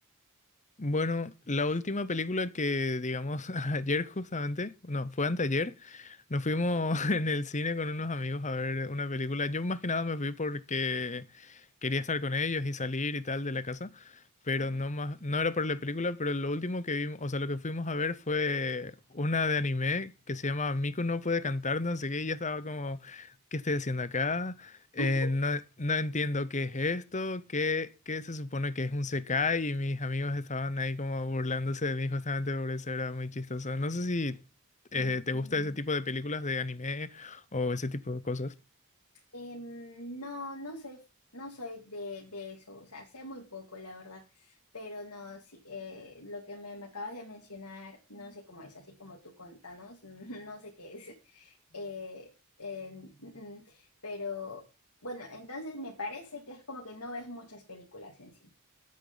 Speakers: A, on the left; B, on the left.
A: Bueno, la última película que, digamos, <laughs> ayer justamente, no, fue anteayer, nos fuimos <laughs> en el cine con unos amigos a ver una película. Yo más que nada me fui porque quería estar con ellos y salir y tal de la casa, pero
B: Ujú.
A: no más, no era por la película, pero lo último que vimos, o sea, lo que fuimos a ver fue una de anime que se llama Miku no puede cantar, no sé qué, y ya estaba como, ¿qué estoy haciendo acá? Eh,
B: <laughs>
A: no, no entiendo qué es esto, qué, qué se supone que es un Sekai y mis amigos estaban ahí como burlándose de mí justamente por eso era muy chistoso. No sé si eh,
B: Mm,
A: te
B: mm,
A: gusta ese tipo de películas de anime o ese tipo de cosas.
B: Em, no, no soy, no soy de, de eso, o sea, sé muy poco, la verdad, pero no, sí, eh, lo que me, me acabas de mencionar, no sé cómo es, así como tú contanos, <laughs> no sé qué es, <laughs> eh, eh, mm, mm, pero bueno, entonces me parece que es como que no ves muchas películas en sí.